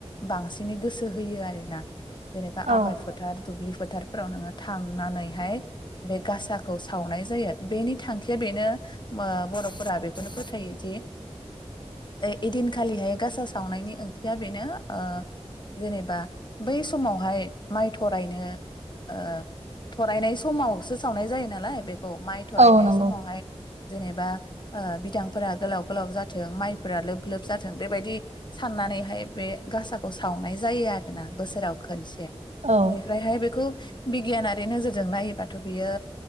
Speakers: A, on the left (about 40°); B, on the right (about 85°).
A: बांसिनै गोसो होयो आरोना। जेनेबा
B: औ
A: आबाद फोथार दुब्लि फोथारफोराव नोङो थांनानैहाय बे गासाखौ सावनाय जायो बेनि थांखिया बेनो ओ बर'फोरा बेखौनो फोथायोदि ओइ दिनखालिहाय गासा सावनायनि ओंथिया बेनो ओ जेनेबा बै समावहाय माइ थरायनो ओ थरायनाय समावसो सावनाय जायो नालाय बे खौ माइ थरायनाय
B: औ नंगौ
A: समावहाय जेनेबा ओ बिदांफोरा गोलाव गोलाव जा थों माइफोरा लोब लोब जाथों बेबायदि साननानैहाय बे गासाखौ सावनाय जायो आरोना बोसोराव खनसे।
B: औ
A: निफ्रायहाय बेखौ बिगियानारि नोजोरजों नायोबाथ' बियो